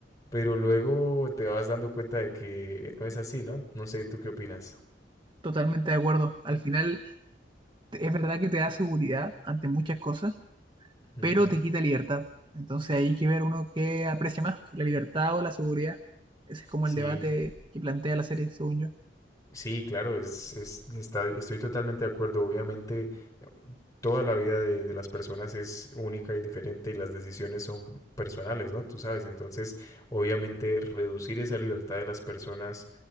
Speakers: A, on the left (about 20°); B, on the right (about 25°).
A: pero luego te vas dando cuenta de que no es así, ¿no? No sé, ¿tú qué opinas?
B: Totalmente de acuerdo. Al final, te- es verdad que te da seguridad ante muchas cosas,
A: Ujú.
B: pero te quita libertad. Entonces hay que ver uno qué aprecia más, si la libertad o la seguridad. Ese es como
A: Sí,
B: el debate que plantea la serie, según yo.
A: Sí, claro, es, es- está- estoy totalmente de acuerdo. Obviamente, toda la vida de, de las personas es única y diferente y las decisiones son personales, ¿no? Tú sabes, entonces, obviamente, reducir esa libertad de las personas